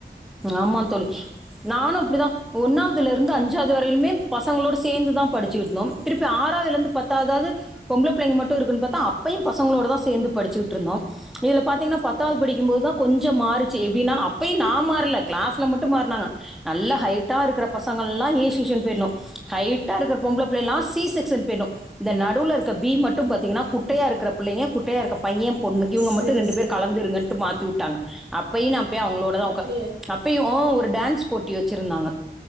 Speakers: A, in the centre; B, on the right.
A: ஆமா தோழி நானு அப்டிதா ஒன்னாவுதுலருந்து அஞ்சாவுது வரையிலுமே பசங்களோட சேந்து தா படிச்சுருந்தோம் திருப்பி ஆறாதுலந்து பத்தாவ்தாது பொம்ளபுள்ளெங்க மட்டு இருக்குன் பாத்தா அப்பயு பசங்களோட தா சேந்து படுச்சுட்ருந்தோ இதுல பாத்திங்னா பத்தாவுது படிக்கும்போதுதா கொஞ்ச மாறுச்சு எப்டின்னால் அப்பயு நா மாற ல்ல கிளாஸ்ல மட்டு மாற்னாங்க நல்ல ஹைட்டா இருக்குற பசங்கல்லா ஏ செஷன் போயிர்னு ஹைட்டா இருக்க பொம்ளபுள்ளைலா சி செக்ஸன் போயிர்னு இந்த நடுவ்ல இருக்க பி மட்டு பாத்தீங்கனா குட்டையா இருக்க புள்ளைங்க குட்டையா இருக்க பைய பொண்ணு இவுங்க
B: சரி
A: மட்டு ரெண்டு
B: சரி
A: பேர் கலந்து இருங்கன்ட்டு மாத்திவுட் டாங்க அப்பயு நா போய் அவுங்களோடதா
B: அப்படியா
A: ஒக்கா ஓ ஒரு டான்ஸ் போட்டி வச்சிருந்தாங்க